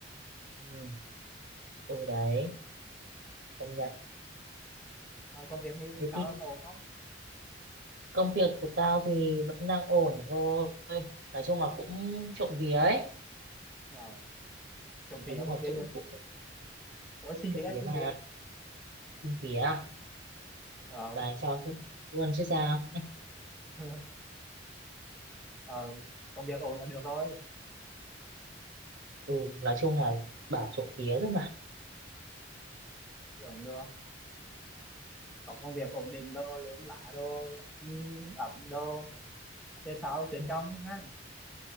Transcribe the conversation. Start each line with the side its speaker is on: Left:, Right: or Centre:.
Right: ừ. ừ đấy công
Centre: ừ.
Right: nhận
Centre: mà công việc mình
Right: thế
Centre: sao
Right: thì
Centre: có ổn không
Right: công việc của tao thì vẫn đang ổn thôi nói chung là cũng trộm vía ấy
Centre: ờ. trộm vía
Right: nói chung
Centre: con
Right: là
Centre: kia
Right: cũng
Centre: vậy
Right: cũng
Centre: ờ xin
Right: trộm
Centre: vía
Right: vía
Centre: xin
Right: mà
Centre: vía
Right: trộm vía
Centre: ờ
Right: và cho luôn chứ sao
Centre: <laughs> ờ công việc ổn là được rồi
Right: ừ nói chung là bảo trộm vía thôi mà
Centre: tưởng được có công việc ổn định đồ lương lá đồ ăn ẩm đồ về sau về
Right: Ừ,
Centre: trong ha